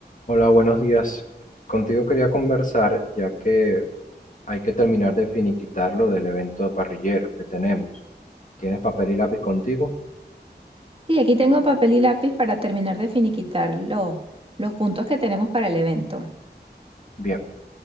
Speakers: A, on the left; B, on the right.
A: Hola, buenos días. Contigo quería conversar, ya que hay que terminar de finiquitar lo del evento de parrilleros que tenemos. ¿Tienes papel y lápiz contigo?
B: Sí, aquí tengo papel y lápiz para terminar de finiquitar lo- los puntos que tenemos para el evento.
A: Bien.